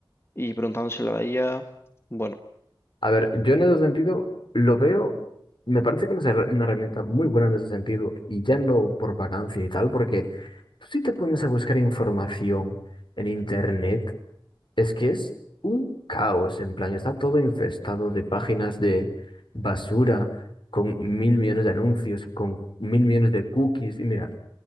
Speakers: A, on the left; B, on the left.
A: y preguntándosela a la IA, bueno,
B: A ver, yo en ese sentido lo veo, me parece que no es una her- una herramienta muy buena en ese sentido, y ya no por vacancia y tal, porque tú sí te pones a buscar información en internet Es que es un caos, en plan, está todo infestado de páginas de basura con mil millones de anuncios, con mil millones de cookies. Y mira,